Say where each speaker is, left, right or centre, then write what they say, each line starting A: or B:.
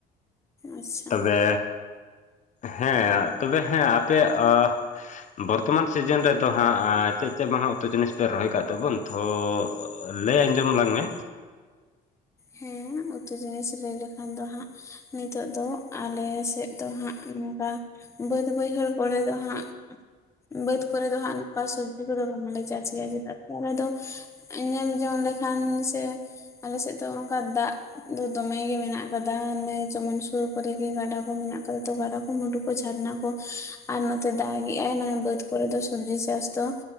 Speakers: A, on the left; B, on the left.
A: ᱟᱪᱪᱷᱟ
B: ᱛᱚᱵᱮ ᱦᱮᱸ ᱛᱚᱵᱮ ᱦᱮᱸ ᱟᱯᱮᱭᱟᱜ ᱟ ᱵᱚᱨᱛᱚᱢᱟᱱ ᱥᱤᱡᱮᱱ ᱨᱮᱫᱚ ᱦᱟᱸᱜ ᱪᱮᱫ ᱪᱮᱫ ᱢᱟ ᱦᱟᱸᱜ ᱩᱛᱩ ᱡᱤᱱᱤᱥ ᱯᱮ ᱨᱚᱦᱚᱭ ᱠᱟᱜ ᱛᱟᱵᱚᱱ? ᱛᱷᱚᱻ ᱞᱟᱹᱭ ᱟᱸᱡᱚᱢ ᱟᱞᱟᱝ ᱢᱮ᱾
A: ᱦᱮᱸ ᱩᱛᱩ ᱡᱤᱱᱤᱥ ᱞᱟᱹᱭ ᱞᱮᱠᱷᱟᱱ ᱫᱚ ᱦᱟᱸᱜᱼᱼ ᱱᱤᱛᱚᱜ ᱫᱚ ᱟᱞᱮ ᱥᱮᱫ ᱫᱚ ᱦᱟᱸᱜ ᱱᱚᱝᱠᱟ ᱵᱟᱹᱫᱽ ᱵᱟᱹᱭᱦᱟᱹᱲᱼᱼ ᱠᱚᱨᱮ ᱫᱚ ᱦᱟᱸᱜ ᱵᱟᱹᱫᱽ ᱠᱚᱨᱮ ᱫᱚ ᱦᱟᱸᱜ ᱱᱚᱝᱠᱟ ᱥᱚᱵᱽᱡᱤ ᱠᱚᱫᱚ ᱵᱟᱝᱞᱮ ᱪᱟᱥ ᱜᱮᱭᱟ ᱪᱮᱫᱟᱜ᱾ ᱟᱞᱮ ᱫᱚ ᱧᱮᱞ ᱡᱚᱝ ᱞᱮᱠᱷᱟᱱ ᱥᱮ ᱟᱞᱮ ᱥᱮᱫᱼᱼ ᱛᱚ ᱚᱱᱠᱟ ᱫᱟᱜ ᱫᱚ ᱫᱚᱢᱮ ᱜᱮ ᱢᱮᱱᱟᱜ ᱟᱠᱟᱫᱟ ᱱᱮ ᱡᱮᱢᱚᱱ ᱥᱩᱨ ᱠᱚᱨᱮ ᱜᱮ ᱜᱟᱰᱟ ᱠᱚ ᱢᱮᱱᱟᱜ ᱠᱟᱫᱟ ᱛᱚ ᱜᱟᱰᱟ᱾ ᱠᱚᱼᱼ ᱢᱩᱰᱩ ᱠᱚ ᱡᱷᱟᱨᱱᱟ ᱠᱚ ᱟᱨ ᱱᱚᱛᱮ ᱫᱟᱜᱮᱭᱟᱭ ᱢᱟᱱᱮ ᱵᱟᱹᱫᱽ ᱠᱚᱨᱮ ᱫᱚ ᱥᱚᱵᱽᱡᱤ ᱪᱟᱥᱼᱼ ᱛᱚ